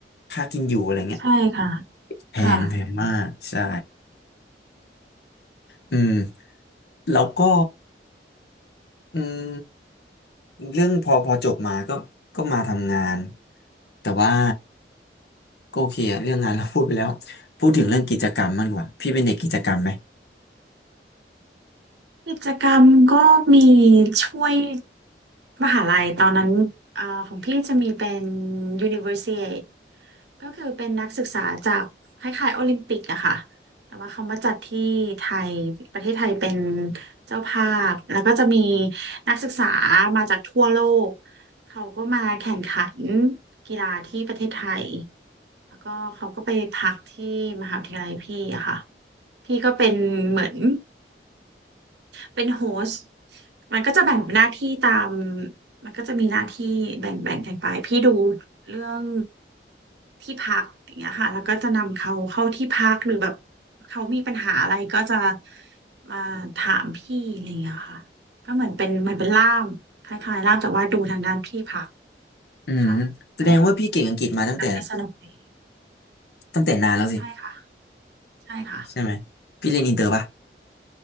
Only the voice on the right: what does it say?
ใช่ค่ะ
ค่ะ
กิจกรรมก็มีช่วยมหาลัยตอนนั้นเอ่อของพี่จะมีเป็น Universiade ก็คือเป็นนักศึกษาจากคล้ายๆโอลิมปิกอะค่ะ แต่ว่าเขามาจัดที่ไทย ประเทศไทยเป็นเจ้าภาพ แล้วก็จะมีนักศึกษามาจากทั่วโลกเขาก็มาแข่งขันกีฬาที่ประเทศไทย แล้วก็เขาก็ไปพักที่มหาวิทยาลัยพี่อะค่ะพี่ก็เป็นเหมือนเป็นโฮสต์มันก็จะแบ่งหน้าที่ตามมันก็จะมีหน้าที่แบ่งแบ่งกันไปพี่ดูเรื่องที่พักอย่างเงี้ยค่ะแล้วก็จะนำเขาเข้าที่พักหรือแบบเขามีปัญหาอะไรก็จะมาถามพี่อะไรอย่างเงี้ยค่ะก็เหมือนเป็นเหมือนเป็นล่ามคล้ายๆล่ามแต่ว่าดูทางด้านที่พัก
ค่ะก็ทำได้สนุกดี
ใช่ค่ะใช่ค่ะ